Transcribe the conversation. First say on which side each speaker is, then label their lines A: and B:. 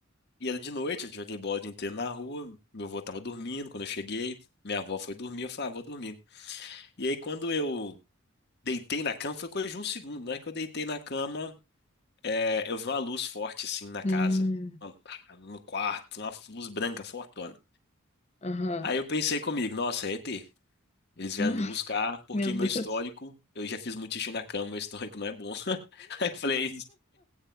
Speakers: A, on the left (about 50°); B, on the left (about 30°).
A: e era de noite, eu joguei bola o dia inteiro na rua, meu avô tava dormindo, quando eu cheguei, minha avó foi dormir, eu falei, ah, vou dormir. E aí quando eu deitei na cama, foi coisa de um segundo, né? Que eu deitei na cama, É, eu vi uma luz forte assim na
B: Hum,
A: casa, no quarto, uma luz branca fortona.
B: aham.
A: Aí eu pensei comigo, nossa, é ET. Eles
B: <laughs>
A: vieram me buscar porque
B: Meu Deus.
A: meu histórico, eu já fiz muito xixi na cama, meu histórico não é bom. <laughs> Aí eu falei, eles,